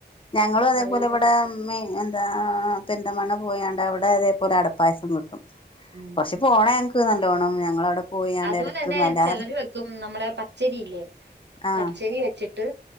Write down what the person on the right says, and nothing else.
നല്ല
പായസം
ഉം
അതുപോലെ
തന്നെ
ചെലര് വെക്കും നമ്മുടെ പച്ചരിയില്ലേ
പച്ചരി വെച്ചിട്ട്